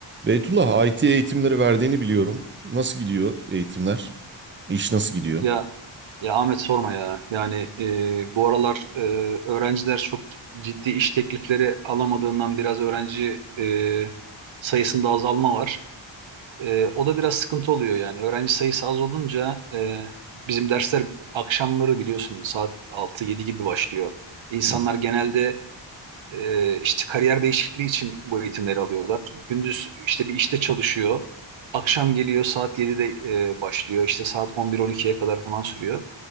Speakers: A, on the right (about 25°); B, on the right (about 75°).
A: Beytullah, IT eğitimleri verdiğini biliyorum. Nasıl gidiyor eğitimler? İş nasıl gidiyor?
B: Ya ya Ahmet sorma ya. Yani e, bu aralar e, öğrenciler çok ciddi iş teklifleri alamadığından biraz öğrenci e, sayısında azalma var. E, o da biraz sıkıntı oluyor yani. Öğrenci sayısı az olunca e, bizim dersler akşamları biliyorsun saat altı yedi gibi başlıyor. İnsanlar
A: Hı.
B: genelde e, işte kariyer değişikliği için bu eğitimleri alıyorlar. Gündüz işte bir işte çalışıyor. Akşam geliyor saat 7'de e, başlıyor. İşte saat 11-12'ye kadar falan sürüyor.